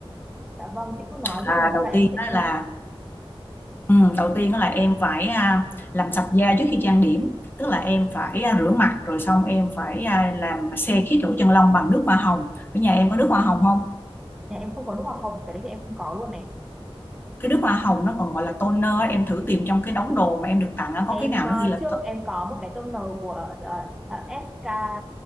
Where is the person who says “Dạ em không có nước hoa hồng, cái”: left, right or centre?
Centre